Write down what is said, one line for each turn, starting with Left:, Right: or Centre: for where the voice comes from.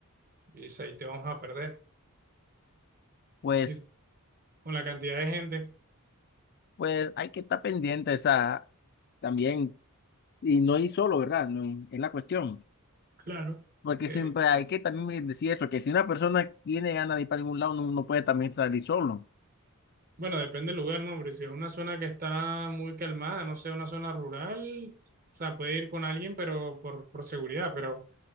Right: y ahí te vamos a perder.
Left: Pues,
Right: y con la cantidad de gente,
Left: pues hay que estar pendiente esa también, y no hay solo, ¿verdad? No hay- es la cuestión.
Right: Claro.
Left: Porque
Right: que,
Left: siempre hay que también decir eso, que si una persona tiene ganas de ir para algún lado, no, no puede también salir solo.
Right: bueno, depende del lugar, ¿no? Pero si es una zona que está muy calmada, no sé, una zona rural, o sea, puede ir con alguien, pero por, por seguridad, pero